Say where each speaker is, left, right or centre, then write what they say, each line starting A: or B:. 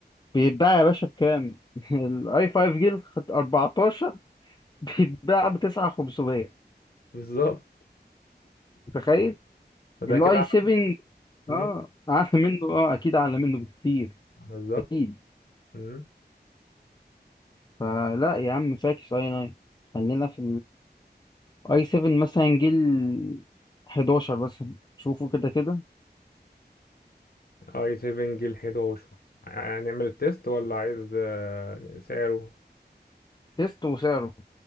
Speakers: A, on the left (about 25°); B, on the left (about 60°).
A: بيتباع يا باشا بكام <laughs> الاي 5 جيل 14 بيتباع ب 9500
B: بالظبط
A: متخيل
B: فده
A: الاي
B: كده أعلى.
A: 7
B: مم.
A: اه اعلى منه اه اكيد اعلى منه بكتير
B: بالظبط
A: اكيد
B: مم.
A: فلا يا عم فاكس اي 9 خلينا في الاي 7 مثلا جيل 11 مثلا شوفوا كده كده
B: اي 7 جيل 11 هنعمل التيست ولا عايز آه، سعره
A: تيست وسعره